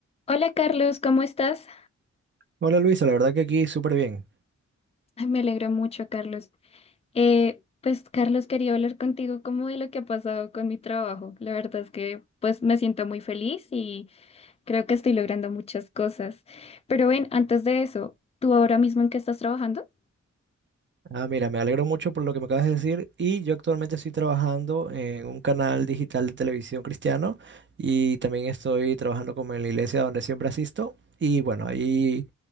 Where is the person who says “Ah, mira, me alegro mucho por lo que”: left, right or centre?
Right